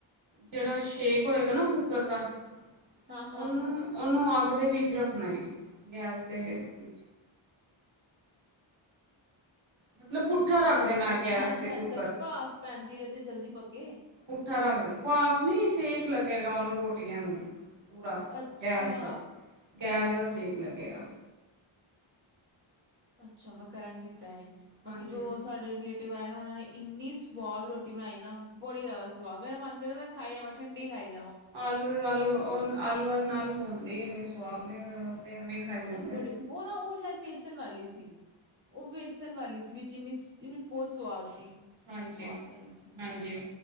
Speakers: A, on the right; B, on the right.
A: ਜਿਹੜਾ ਸ਼ੇਕ ਹੋਏਗਾ ਨਾ ਕੁੱਕ ੱਕਰਦਾ
B: ਹਾਂ
A: ਉਹਨੂੰ
B: ਹਾਂ
A: ਉਹਨੂੰ ਆ ਅਗ ਦੇ ਵਿੱਚ ਰੱਖਣਾ ਹੈ ਗੈਸ ਦੇ ਵਿੱਚ ਮਤਲਬ ਪੁੱਠਾ
B: ਅੱਛਾ
A: ਰੱਖਦੇ ਨੇ ਗੈਸ
B: ਹਾਂਜੀ
A: ਤੇ
B: ਹਾਂਜੀ
A: ਕੁੱਕਰ
B: ਤਾਂ ਕਿ ਭਾਫ਼ ਪੈਂਦੀ ਰਹੇ ਤੇ ਜਲਦੀ ਪੱਕੇ
A: ਪੁੱਠਾ ਰੱਖਦੇ ਨੇ ਭਾਫ ਨੀ ਸੇਕ ਲੱਗੇ ਗਾ ਉਹਨੂੰ ਰੋਟੀਆਂ ਨੂੰ ਪੂਰਾ
B: ਅੱਛਾ
A: ਗੈਸ ਦਾ ਗੈਸ ਦਾ ਸੇਕ ਲੱਗੇਗਾ
B: ਅੱਛਾ ਮੈਂ ਕਰਾਂਗੀ ਹੈ ਬਾਕੀ
A: ਹਾਂਜੀ
B: ਜੋ ਸਾਡੇ ਰਿਲੇ ਪਾਏ ਨਾ ਉਹਨਾਂ ਨੇ ਇੰਨੀ ਸਵਾਦ ਰੋਟੀ ਬਣਾਈ ਨਾ ਬੜੀ ਜ਼ਿਆਦਾ ਸਵਾਦ ਮੇਰਾ ਮਨ ਕਰ ਮੈਂ ਖਾਈ ਜਾਵ ਠੰਡੀ ਖਾਈ ਜਾ
A: ਆਲੂ ਆਲੂ ਉਹ ਆਲੂ ਨਾਲ ਹੋਣ ਦੇ ਇੰਨੇ ਸਵਾਦ ਨੇ ਤੇ ਐਵੇਂ ਖਾਈ
B: ਹਾਂ
A: ਜਾਂਦੇ।
B: ਬੜੀ ਉਹ ਨਾ ਉਹ ਸ਼ਾਇਦ ਬੇਸਣ ਵਾਲੀ ਸੀ ਉਹ ਵੇਸਣ ਵਾਲੀ ਸੀ ਵਿੱਚ ਇੰਨੀ ਇਨੀ ਬਹੁਤ ਸਵਾਦ ਸੀ
A: ਹਾਂਜੀ,
B: ਸਵਾਦ ਬਣੀ ਸੀ
A: ਹਾਂਜੀ।